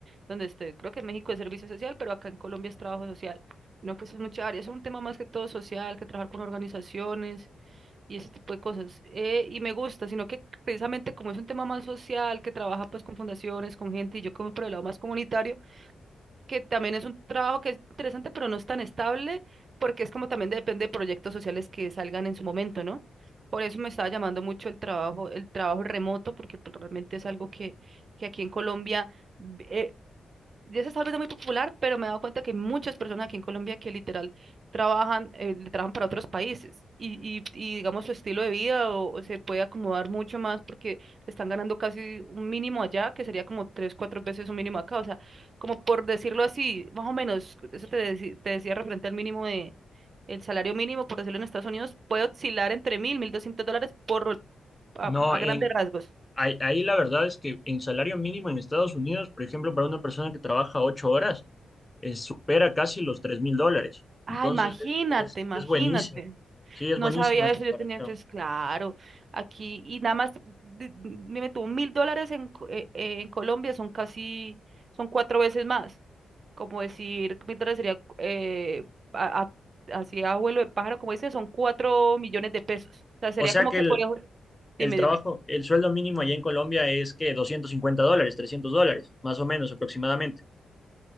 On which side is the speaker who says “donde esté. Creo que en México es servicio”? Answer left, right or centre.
Right